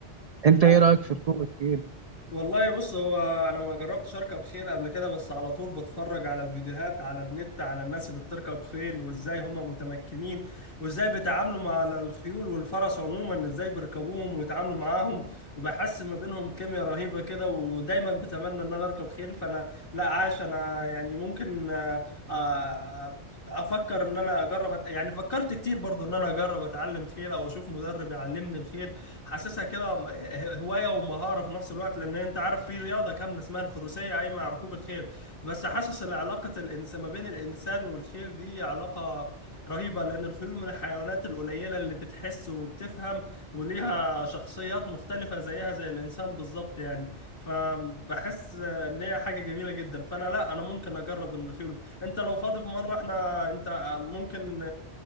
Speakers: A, on the left; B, on the right.
A: لا
B: انت ايه رأيك في ركوب الخيل
A: والله بص هو انا ما جربتش اركب خيل قبل كده بس على طول بتفرج على فيديوهات على النت على الناس اللي بتركب خيل وازاي هم متمكنين وازاي بيتعاملوا مع على الخيول والفرس عموما ازاي بيركبوهم ويتعاملوا معاهم وبحس ما بينهم كيمياء رهيبة كده ودايما بتمنى ان انا اركب خيل فانا لا عاش انا يعني ممكن آه، آه، افكر ان انا اجرب أت- يعني فكرت كتير برضو ان انا اجرب اتعلم خيل او اشوف مدرب يعلمني الخيل حاسسها كده م- هوايه ومهاره في نفس الوقت لان انت عارف في رياضه كامله اسمها الفروسيه قايمه على ركوب الخيل بس حاسس ان علاقه الانسان ما بين الانسان والخيل دي علاقه رهيبه لان الخيول من الحيوانات القليله اللي بتحس وبتفهم وليها شخصيات مختلفه زيها زي الانسان بالظبط يعني فبحس ان هي حاجه جميله جدا فانا لا انا ممكن اجرب الخيول انت لو فاضي في مره احنا انت ممكن